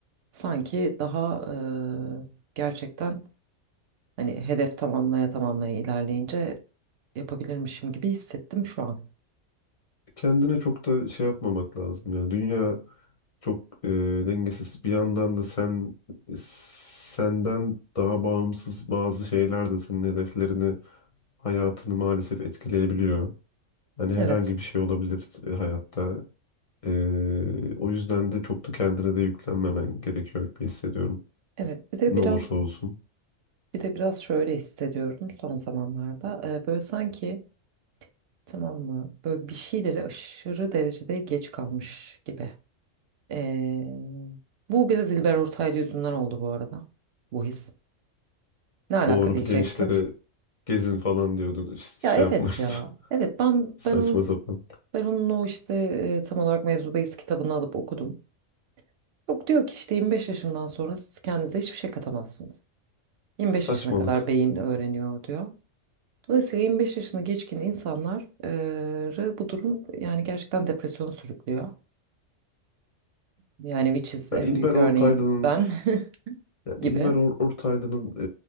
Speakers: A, on the right; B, on the left.
A: sanki daha e, gerçekten Hani hedef tamamlaya tamamlaya ilerleyince yapabilirmişim gibi hissettim şu an.
B: Kendine çok da şey yapmamak lazım ya. Dünya Çok e, dengesiz. Bir yandan da sen senden daha bağımsız bazı şeyler de senin hedeflerini, hayatını maalesef etkileyebiliyor. Hani herhangi
A: Evet,
B: bir şey olabilir e, hayatta. E, o yüzden de çok da kendine de yüklenmemen gerekiyor gibi hissediyorum.
A: evet. Bir de
B: Ne
A: biraz
B: olursa olsun.
A: bir de biraz şöyle hissediyorum son zamanlarda. Ee, böyle sanki tamam mı? Böyle bir şeylere aşırı derecede geç kalmış gibi. Ee, bu biraz İlber Ortaylı yüzünden oldu bu arada. Bu his. Ne alaka
B: Doğru
A: diyeceksin?
B: bir gençlere gezin falan diyordu. İşte
A: Ya
B: şey
A: evet
B: yapmış.
A: ya. Evet ben
B: <laughs> Saçma
A: ben onun
B: sapan.
A: ben onun o işte e, tam olarak Mevzu Beyiz kitabını alıp okudum. Yok diyor ki işte 25 yaşından sonra siz kendinize hiçbir şey katamazsınız. 25
B: Saçmalık.
A: yaşına kadar beyin öğreniyor diyor. Dolayısıyla 25 yaşını geçkin insanları bu durum yani gerçekten depresyona sürüklüyor. Yani which is
B: Ya
A: en
B: İlber
A: büyük örneği
B: Ortaylı'nın
A: ben <laughs>
B: yani
A: gibi.
B: İlber Or- Ortaylı'nın e,